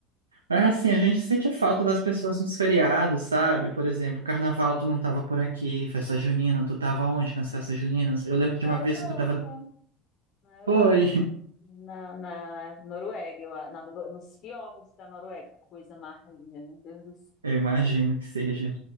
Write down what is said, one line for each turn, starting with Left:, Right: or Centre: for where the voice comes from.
Right: É assim, a gente sente falta das pessoas nos feriados, sabe? Por exemplo, carnaval tu não tava por aqui, festa junina, tu tava onde nas festas juninas? Eu lembro de
Left: na
Right: uma vez
Left: Europa,
Right: que tu tava...
Left: na Europa,
Right: Foi! <laughs>
Left: na, na Noruega, eu, a- na, Noru- nos fiordes da Noruega, coisa mais linda, meu Deus do
Right: Eu imagino que seja.